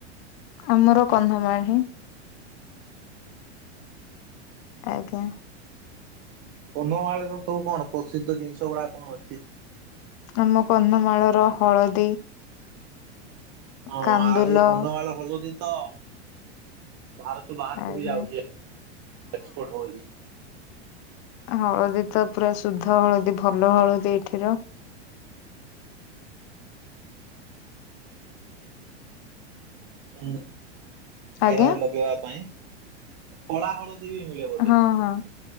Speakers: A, on the left; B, on the right.
A: ଆମର କନ୍ଧମାଳ ହିଁ। ଆଜ୍ଞା।
B: କନ୍ଧମାଳରେ ସବୁ କଣ ପ୍ରସିଦ୍ଧ ଜିନିଷ ଗୁଡା କଣ ଅଛି?
A: ଆମ କନ୍ଧମାଳର ହଳଦୀ।
B: ହଁ
A: କାନ୍ଦୁଲ
B: ଆଏ ଏଇ କନ୍ଧମାଳ ହଳଦୀ ତ ଭାରତ ସେ ବାହାରକୁ
A: ଆଜ୍ଞା
B: ବି ଯାଉଚି ଏକ୍ସପଟ ହଳଦି।
A: ଆମ ହଳଦୀ ତ ପ୍ରାୟ ଶୁଦ୍ଧ ହଳଦୀ ଭଲ ହଳଦୀ ଏଇଠିର।
B: ହଉ----ଉଁ ଦେହରେ
A: ଆଜ୍ଞା
B: ଲଗେଇବା ପାଇଁ କଳା ହଳଦୀ ବି ମିଲିବ।
A: ହଁ ହଁ